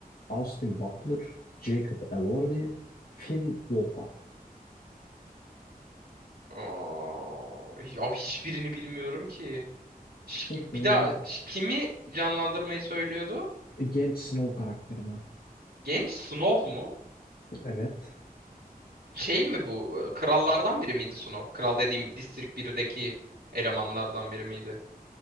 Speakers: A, on the left; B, on the right.
A: Austin Butler, Jacob Elordi, Finn Wolfhard.
B: Aa, hi- abi hiçbirini bilmiyorum ki. Ş-
A: Hmm.
B: Bir daha ş- kimi canlandırmayı söylüyordu?
A: Genç Snow karakterine.
B: Genç Snow mu?
A: Evet.
B: Şey mi bu? e, Krallardan biri miydi Snow? Kral dediğim District 1'deki elemanlardan biri miydi?